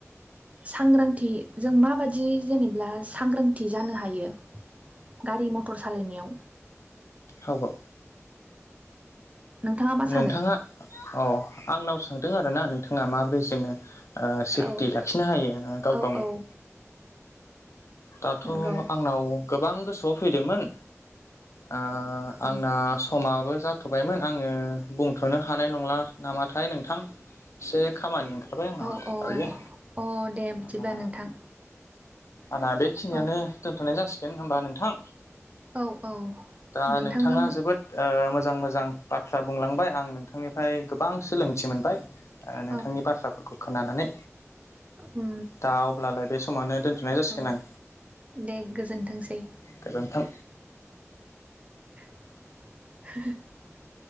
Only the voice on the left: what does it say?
औ औ
नोंथाङा अ आंनाव सोंदों आरोना नोंथाङा माबोरै जोङो ओ सेफटि
लाखिनो हायो गाव
गावनो
दाथ'
आंनाव गोबां गोसोआव फैदोंमोन ओ आंना
समाबो जाथ'बायमोन आङो बुंथ'नो हानाय नंला नामाथाय नोंथां एसे खामानि थाबाय आंना
दायो
आंना
आंना बेखिनियावनो
दोनथ'नाय जासिगोन होनोमबा नोंथां
दा
नोंथाङा जोबोद मोजां मोजां बाथ्रा बुंलांबाय आं नोंथांनिफ्राय गोबां सोलोंथि मोनबाय नोंथांनि
बाथ्राफोरखौ खोनानानै
दा अब्लालाय बे समावनो दोनथ'नाय जासिगोन
आं
गोजोन्थों